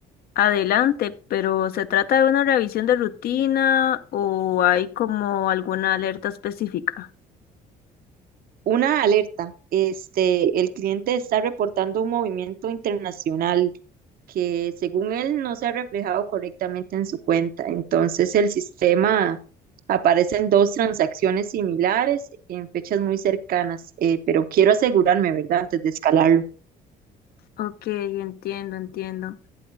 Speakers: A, on the left (about 65°); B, on the right (about 60°).
A: adelante, pero ¿se trata de una revisión de rutina o hay como alguna alerta específica?
B: Una alerta, este, el cliente está reportando un movimiento internacional que según él no se ha reflejado correctamente en su cuenta. Entonces el sistema aparecen dos transacciones similares en fechas muy cercanas, eh, pero quiero asegurarme, ¿verdad? Antes de escalarlo.
A: Ok, entiendo, entiendo.